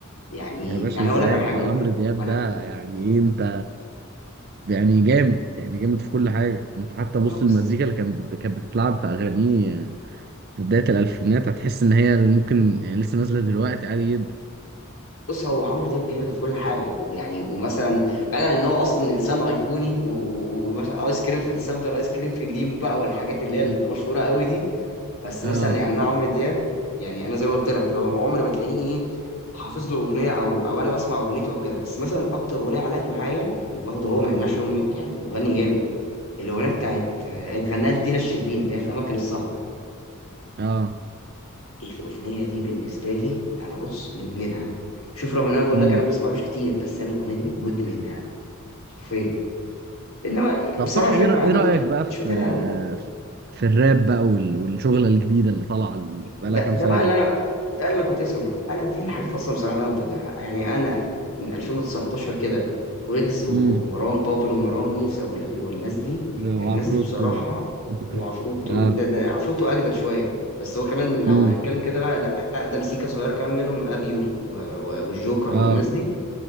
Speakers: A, on the left; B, on the right.
A: يعني
B: يا باشا
A: يعني
B: ازاي
A: اقول لك على حاجه
B: ده
A: ما
B: عمرو دياب
A: ما انا
B: ده يعني ايه انت يعني جامد يعني جامد في كل حاجة انت حتى
A: ما
B: بص
A: بص
B: المزيكا اللي كان كانت بتتلعب في اغانيه آه، في بداية الالفينات هتحس ان هي ممكن يعني لسه نازلة دلوقتي عادي جدا
A: بص هو عمرو دياب جامد وكل حاجه ويعني ومثلا بعيدا ان هو اصلا انسان ايقوني و- و- ومثلا ايس كريم في ديسمبر ايس كريم في جريم وبقى والحاجات
B: <laughs>
A: اللي هي المشهوره قوي دي بس مثلا
B: اه
A: يعني انا عمرو دياب يعني انا زي ما قلت لك لو عمري ما تلاقيني ايه حافظ له اغنيه او او انا بسمع اغنيته او كده بس مثلا اكتر اغنيه علقت معايا وبرضه هو ما يمنعش إنه يعني مغني جامد الاغنيه بتاعت آه، الفنانه دينا الشربيني اللي هي في اماكن السهر
B: اه
A: ايه الاغنيه دي بالنسبه لي انا بص مدمنها شوف رغم ان انا بقول
B: امم
A: لك انا ما بسمعلوش كتير بس انا الاغنيه دي مدمنها حرفيا انما
B: طب
A: بصراحه
B: صح
A: مش
B: ايه
A: هكدب
B: رأ-
A: عليك
B: إيه رأيك
A: يعني
B: بقى
A: مش
B: في
A: متابع قوي
B: في, في الراب بقى وال- والشغلة الجديدة اللي طالعة ال- بقالها
A: ده
B: كام
A: ده
B: سنة
A: بقى اللي
B: دي
A: انا ده اللي كنت اسمه لك انا دي الحاجات اصلا بصراحه اللي انا متابعها يعني انا من 2019 كده ويجز ومروان
B: امم
A: بابلو ومروان موسى وال- والناس دي
B: وعفروتو
A: الناس دي بصراحه
B: <laughs>
A: وعفروتو
B: اه
A: ده ده عفروتو اجدد شويه بس هو كمان لو
B: امم
A: هنتكلم كده بقى لا اقدم سيكا صغيره كمان منهم ابيو و- و- والجوكر
B: اه
A: والناس دي